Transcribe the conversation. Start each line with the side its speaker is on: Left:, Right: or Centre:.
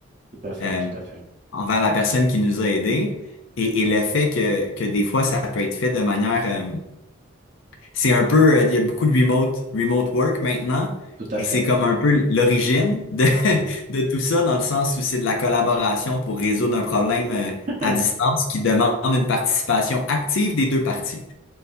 Right: tout à fait,
Left: euh,
Right: tout à fait.
Left: envers la personne qui nous a aidés et, et le fait que, que des fois, ça peut être fait de manière... euh, c'est un peu... euh, Il y a beaucoup de remote, remote work maintenant
Right: Euh, Tout à
Left: et
Right: fait.
Left: c'est comme un peu l'origine de, <laughs>
Right: Mhm.
Left: de tout ça dans le sens où c'est de la collaboration pour résoudre un problème euh,
Right: <laughs>
Left: à distance qui demande une participation active des deux parties.